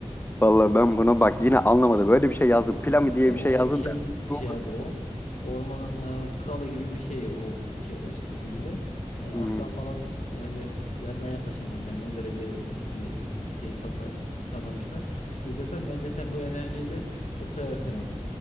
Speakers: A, on the left; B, on the left.
A: Vallahi ben bunu bak yine anlamadım. Böyle bir şey yazdım. Plami diye
B: Ya
A: bir
B: o
A: şey yazdım
B: şey
A: da.
B: gibi
A: Google.
B: bir şey abi o. Ormanın e, kralı gibi bir şey o ke- o çizgi filmde. Hani
A: Hmm.
B: aslan falan yani o- yanına yaklaşamaz yani o derece bir şey tasa tasarlamışlar. İzlesen bence sen bu enerjiyle çok seversin onu.